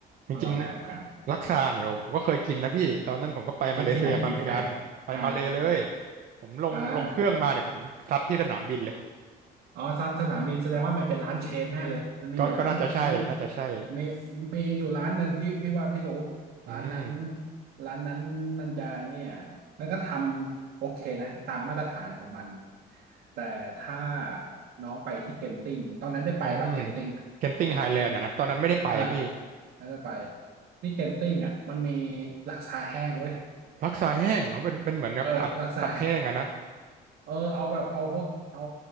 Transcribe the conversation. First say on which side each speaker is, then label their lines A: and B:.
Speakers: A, on the right (about 55°); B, on the right (about 70°).
A: จริง
B: ก็ละแบบกัน
A: ลักซาเนี่ยผมก็เคยกินนะพี่ตอนนั้นผมก็ไปมาเลเซียมาเหมือนกันไปมาเลเลย
B: กินที่ไหนกินที่ไหนอ่า
A: ผมลงลงเครื่องมาเนี่ยผมซัดที่สนามบินเลย
B: อ่า อ๋อสสนามบินแสดงว่ามันเป็นร้านเชนแน่เลยมันมีอยู่ร้านมี
A: ก็ก็น่าจะใช่น่าจะใช่
B: มีมีอยู่ร้านหนึ่งพี่พี่ว่าพี่รู้
A: อืม
B: ร้านนั้นร้านนั้นมันจะเนี่ยมันก็ทำโอเคนะตามมาตรฐานของมันแต่ถ้าน้องไปที่เก็นติงตอนนั้นได้ไปปะเก็นติง
A: อืมเคนติงไฮแลนด์อะนะตอนนั้นไม่ได้ไปพี่
B: เออไม่ได้ไปที่เก็นติงอ่ะมันมีลักซาแห้งเว้ย
A: ลักซาแห้งเอาเป็นเป็นเหมือนกับผัดผัดแห้งอะนะ
B: เออลักซาเออเอาแบบเอาพวกเอา